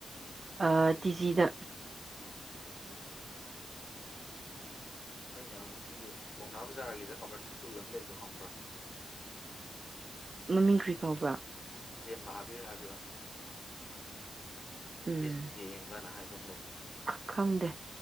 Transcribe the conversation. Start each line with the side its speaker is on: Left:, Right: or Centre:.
Right: ꯑꯥ ꯇꯤꯖꯤꯗ
Left: ꯑꯣ ꯇꯤꯖꯤꯗ ꯑꯣꯀꯦ ꯑꯩꯅ ꯑꯃꯨꯛ ꯁꯤꯒꯤ ꯄꯥꯎꯅꯥ ꯕꯖꯥꯔꯒꯤꯗ ꯀꯃꯔꯁ ꯀꯤ ꯁ꯭ꯀꯨꯜ ꯑꯃ ꯂꯩꯕꯗꯣ ꯈꯪꯕ꯭ꯔꯥ <inaudible>
Right: ꯃꯃꯤꯡ ꯀ꯭ꯔꯤ ꯀꯧꯕ꯭ꯔꯥ
Left: ꯖꯦꯟ ꯃꯍꯥꯕꯤꯔ ꯍꯥꯏꯕꯗꯣ
Right: ꯎꯝ
Left: ꯑꯦꯁ ꯇꯤ ꯑꯦꯝꯒꯅ ꯍꯥꯏꯕ ꯑꯃ ꯂꯩꯕꯅꯦ
Right: ꯈꯪꯗꯦ